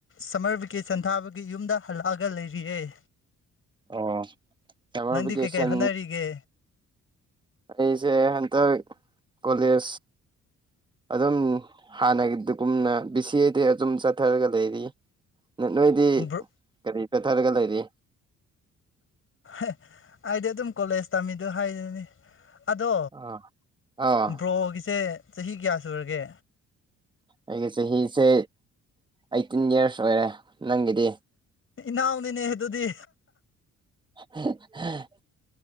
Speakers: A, on the left; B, on the right.
A: ꯁꯝꯃꯔ ꯚꯦꯀꯦꯁꯟ ꯊꯥꯕꯒꯤ ꯌꯨꯝꯗ ꯍꯜꯂꯛꯑꯒ ꯂꯩꯔꯤꯌꯦꯦ
B: ꯑꯣ ꯁꯝꯃꯔ
A: ꯅꯗꯤ
B: ꯚꯦꯀꯦꯁꯟ
A: ꯀꯩ ꯀꯩ ꯍꯣꯅꯒ
B: ꯑꯩꯁꯦ ꯍꯟꯇꯛ ꯀꯣꯂꯦꯖ ꯑꯗꯨꯝ ꯍꯥꯟꯅꯒꯤꯗꯨꯒꯨꯝꯅ ꯕꯤ ꯁꯤ ꯑꯦꯗꯤ ꯑꯗꯨꯝ ꯆꯠꯊꯔꯒ ꯂꯩꯔꯤ ꯅꯣꯏꯗꯤ
A: ꯕ꯭ꯔꯣ
B: ꯀꯔꯤ ꯆꯠꯊꯔꯒ ꯂꯩꯔꯤ
A: ꯑꯦ ꯑꯩꯗꯤ ꯑꯗꯨꯝ ꯀꯣꯂꯦꯖ ꯇꯝꯃꯤꯗꯣ ꯍꯥꯏꯗꯨꯅꯤ ꯑꯗꯣ
B: ꯑꯥ ꯑꯥ
A: ꯕ꯭ꯔꯣꯒꯤꯁꯦ ꯆꯍꯤ ꯀꯌꯥ ꯁꯨꯔꯒꯦ
B: ꯑꯩꯒꯤ ꯆꯍꯤꯁꯦ ꯑꯩꯠꯇꯤꯟ ꯌꯔꯁ ꯑꯣꯏꯔꯦ ꯅꯪꯒꯤꯗꯤ
A: ꯏꯅꯥꯎꯅꯤꯅꯦ ꯑꯗꯨꯗꯤ
B: <unintelligible>